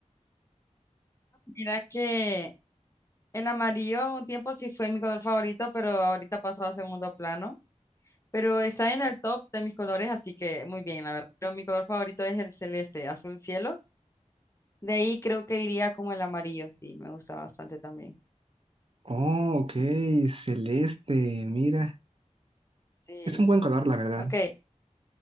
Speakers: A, on the left; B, on the right.
A: Mira que el amarillo un tiempo sí fue mi color favorito, pero ahorita pasó a segundo plano. Pero está en el top de mis colores, así que muy bien, la verdad. Pero mi color favorito es el celeste, azul cielo. De ahí creo que iría como el amarillo, sí, me gusta bastante también.
B: Oh, ok, celeste, mira.
A: Sí,
B: Es un buen color, la verdad.
A: ok,